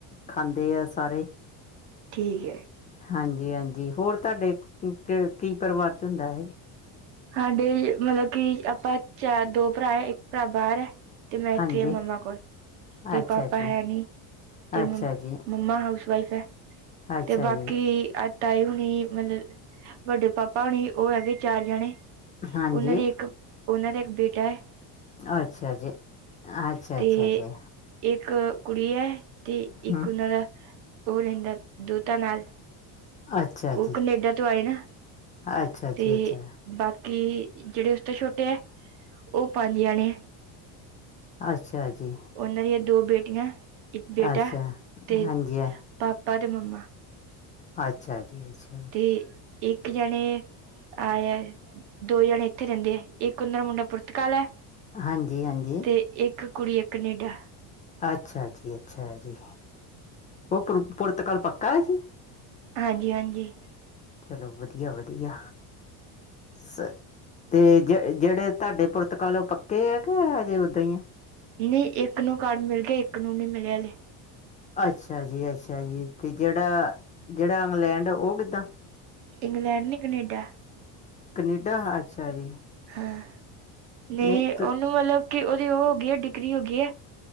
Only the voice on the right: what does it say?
ਠੀਕ ਐ।
ਸਾਡੇ ਮਤਲਬ ਕਿ ਆਪਾਂ ਚਾਰ ਦੋ ਭਰਾ ਹੈ ਇੱਕ ਭਰਾ ਬਾਹਰ ਐ। ਤੇ ਮੈਂ ਇੱਥੇ
ਆ ਮੰਮਾ ਕੋਲ, ਤੇ
ਪਾਪਾ
ਹੈ ਨੀ। ਤੇ
ਮ,
ਮੰਮਾ ਹਾਊਸ ਵਾਈਫ ਐ,
ਤੇ ਬਾਕੀ
ਅ ਤਾਏ ਹੋਣੀ ਮਤਲਬ, ਵੱਡੇ ਪਾਪਾ ਹੋਣੀ ਉਹ ਹੈਗੇ ਚਾਰ ਜਾਣੇ।
ਉਹਨਾਂ ਦੀ ਇੱਕ, ਉਹਨਾਂ ਦਾ ਇੱਕ ਬੇਟਾ ਏ।
ਤੇ
ਇੱਕ ਕੁੜੀ ਐ ਤੇ
ਇੱਕ ਉਹਨਾਂ ਦਾ ਉਹ ਰਹਿੰਦਾ ਦੋਤਾ ਨਾਲ।
ਉਹ
ਕਨੇਡਾ ਤੋਂ ਆਏ ਨਾ,
ਤੇ
ਬਾਕੀ, ਜਿਹੜੇ ਉਸ ਤੋਂ ਛੋਟੇ ਐ, ਉਹ ਪੰਜ ਜਾਣੇ।
ਓਨਾਂ ਦੀਆਂ ਦੋ ਬੇਟੀਆਂ ਏ ਇੱਕ ਬੇਟਾ
ਤੇ
ਪਾਪਾ ਤੇ ਮੰਮਾ
ਤੇ ਇੱਕ ਜਣੇ ਆਏਆ ਦੋ ਜਣੇ ਏਥੇ ਰੈਂਦੇ ਐ। ਇੱਕ ਉਨਾਂ ਦਾ ਮੁੰਡਾ ਪੁਰਤਕਾਲ ਐ
ਤੇ ਇੱਕ ਕੁੜੀ ਐ ਕਨੇਡਾ
ਹਾਂਜੀ, ਹਾਂਜੀ।
ਨਈ ਇੱਕ ਨੂੰ ਕਾਰਡ ਮਿਲ ਗਿਆ, ਇੱਕ ਨੂੰ ਨਈ ਮਿਲਿਆ ਹਲੇ
ਇੰਗਲੈਂਡ ਨੀ ਕਨੇਡਾ।
ਹਾਂ, ਨਈ
ਓਨੂੰ ਮਲਬ ਕਿ ਓਦੀ ਓ ਹੋ ਗਈ ਐ ਡਿਗਰੀ ਹੋ ਗਈ ਐ